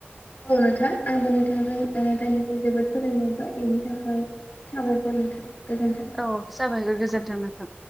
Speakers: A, on the left; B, in the centre.
A: औ नोंथा आंबो नोंथांजों रायज्लायना जोबोद फोरमायलांबाय बेनि थाखाय साबायखर नोंथां गोजोन्थों।
B: औ जाबाय गोजोन्थों नोंथां